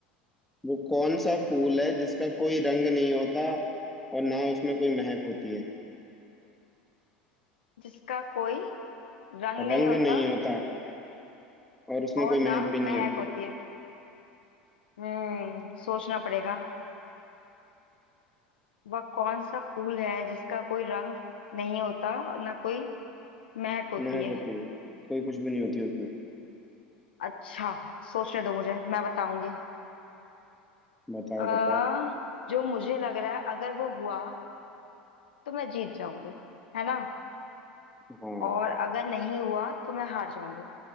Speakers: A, in the centre; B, on the left (about 85°).
A: वो कौन सा फूल है जिसका कोई रंग नहीं होता और ना उसमें कोई महक होती है
B: जिसका कोई रंग
A: रंग
B: नहीं होता
A: नहीं होता और उसमें
B: और
A: कोई
B: ना
A: महक भी
B: महक
A: नहीं है
B: होती है हम्म सोचना पड़ेगा वह कौन सा फूल है जिसका कोई रंग नहीं होता और ना कोई महक होती
A: महक
B: है
A: होती है कोई खुशबू नहीं होती उसमें
B: अच्छा सोचने दो मुझे मैं बताऊंगी
A: बताओ
B: अ
A: बताओ
B: जो मुझे लग रहा है अगर वो हुआ तो मैं जीत जाऊंगी है ना
A: हाँ
B: और अगर नहीं हुआ तो मैं हार जाऊंगी